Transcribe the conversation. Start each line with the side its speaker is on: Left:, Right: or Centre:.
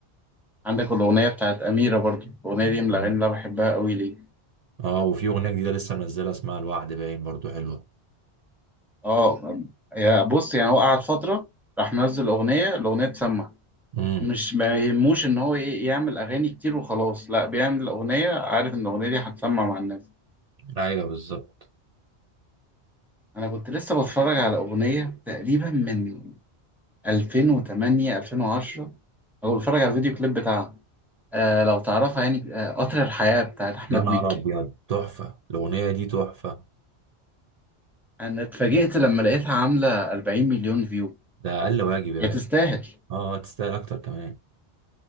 Centre: عندك الاغنيه بتاعت اميره برضو الاغنيه دي من
Right: مم.
Centre: الاغاني اللي انا بحبها قوي ليه
Right: اه وفي اغنيه جديده لسه منزلها اسمها الوعد باين برضو حلوه
Centre: اه يا بص يعني هو قعد فتره راح منزل اغنيه الاغنيه تسمع
Right: امم
Centre: مش ما يهموش ان هو ايه يعمل اغاني كتير وخلاص لا بيعمل اغنيه عارف ان الاغنيه دي هتسمع مع الناس
Right: ايوه بالظبط
Centre: انا كنت لسه بتفرج على اغنيه تقريبا من 2008 2010 او بتفرج على الفيديو كليب بتاعها آه لو تعرفها يعني آه قطر الحياة بتاعت أحمد
Right: يا نهار
Centre: مكي
Right: ابيض تحفه الاغنيه دي تحفه
Centre: أنا اتفاجئت لما لقيتها عاملة 40 مليون فيو
Right: ده اقل واجب يا
Centre: هي
Right: باشا
Centre: تستاهل
Right: اه تستاهل اكتر كمان